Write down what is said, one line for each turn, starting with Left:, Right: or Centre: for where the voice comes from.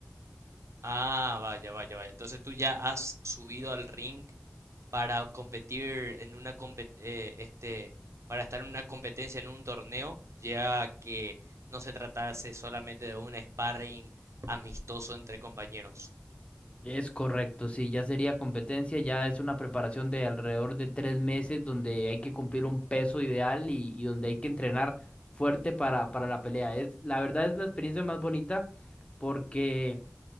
Right: Ah, vaya, vaya, vaya. Entonces tú ya has subido al ring para competir en una compet- eh, este, para estar en una competencia en un torneo, ya que no se tratase solamente de un sparring amistoso entre compañeros.
Left: Es correcto, sí, ya sería competencia, ya es una preparación de alrededor de tres meses donde hay que cumplir un peso ideal y, y donde hay que entrenar fuerte para, para la pelea. Es, la verdad es la experiencia más bonita porque